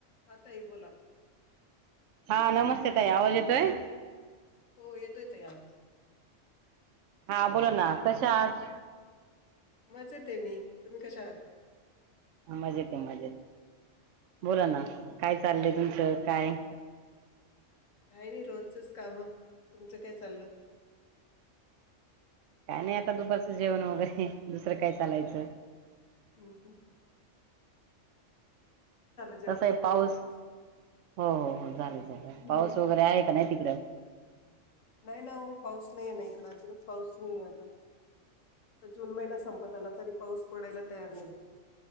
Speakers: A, on the left; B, on the right.
A: हा ताई बोला.
B: हा नमस्ते ताई, आवाज येतोय?
A: हो, येतोय ताई आवाज.
B: हा बोला ना, कशा आहात?
A: मजेत आहे मी, तुम्ही कशा आहात?
B: मजेत आहे मजेत,
A: हं.
B: बोला ना काय चाललंय तुमचं काय?
A: काय नाही रोजचच कामं, तुमचं काय चाललं?
B: काय नाही आता दुपारचं जेवण वगैरे, दुसरं काय चालायचं.
A: हम्म हम्म. जेवण
B: कसं आहे
A: वगैरे
B: पाऊस?
A: आत्ताच.
B: हो हो हो झाले झाले,
A: हं.
B: पाऊस वगैरे आहे का नाही तिकडं?
A: नाही ना ओ पाऊस नाहीयेना इकडं, अजून पाऊस नाहीये अजून. जून महिना संपत आला, तरी पाऊस पडायला तयार नाही.